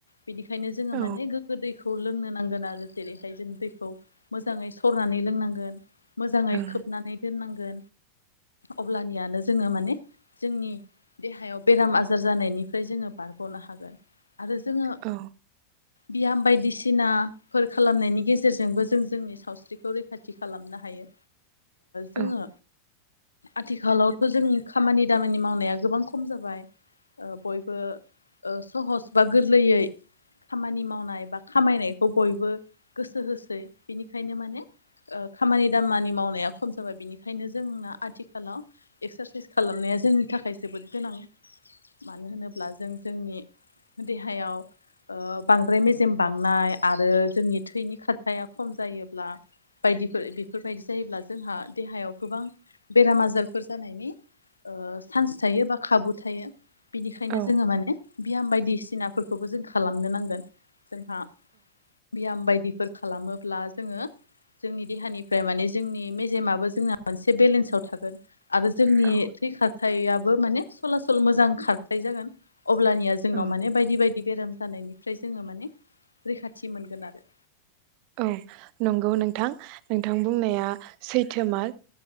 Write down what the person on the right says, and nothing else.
औ
ओं
औ
औ
औ
औ
औ
औ नंगौ नोंथां नोंथां बुंनाया सैथोमार